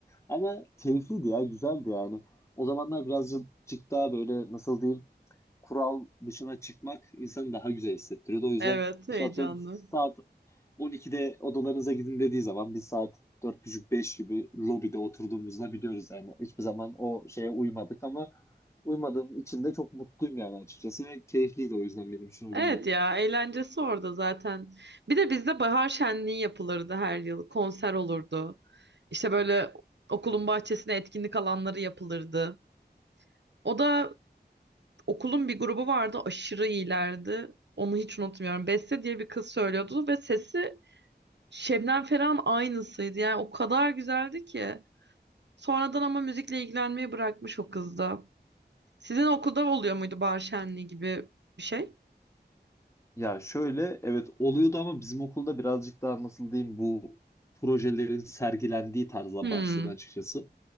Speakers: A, on the left (about 15°); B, on the right (about 80°).
A: Ama keyifliydi ya güzeldi yani. O zamanlar birazcık daha böyle nasıl diyeyim kural dışına çıkmak insanı daha güzel hissettiriyordu. O yüzden
B: Evet, heyecanlı.
A: işte atıyorum saat 12'de odalarınıza gidin dediği zaman bir saat 4.30-5 gibi lobide oturduğumuzda biliyoruz yani. Hiçbir zaman o şeye uymadık ama uymadığım için de çok mutluyum yani açıkçası. Ve keyifliydi o yüzden benim için
B: Evet
A: o günler.
B: ya eğlencesi orada zaten. Bir de bizde bahar şenliği yapılırdı her yıl. Konser olurdu. İşte böyle okulun bahçesine etkinlik alanları yapılırdı. O da okulun bir grubu vardı aşırı iyilerdi. Onu hiç unutmuyorum. Beste diye bir kız söylüyordu ve sesi Şebnem Ferah'ın aynısıydı. Yani o kadar güzeldi ki. Sonradan ama müzikle ilgilenmeyi bırakmış o kız da. Sizin okulda oluyor muydu bahar şenliği gibi bir şey?
A: Ya şöyle evet oluyordu ama bizim okulda birazcık daha nasıl diyeyim bu projelerin sergilendiği tarzla
B: Hmm.
A: başlıyordu açıkçası.